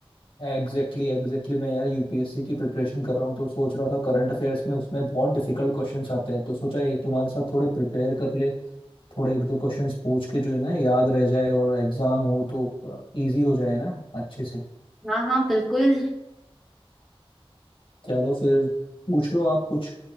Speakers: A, on the left (about 60°); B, in the centre.
A: Exactly exactly मैं यार यूपीएससी की प्रिपरेशन कर रहा हूँ तो सोच रहा था करंट अफेयर्स में उसमें बहुत डिफिकल्ट क्वेश्चंस आते हैं तो सोचा ये तुम्हारे साथ थोड़े प्रिपेयर कर ले थोड़े एक दो क्वेश्चंस पूछ के जो है ना याद रह जाए और एग्जाम हो तो इजी हो जाए ना अच्छे से
B: हाँ हाँ बिल्कुल
A: चलो फिर पूछ लो आप कुछ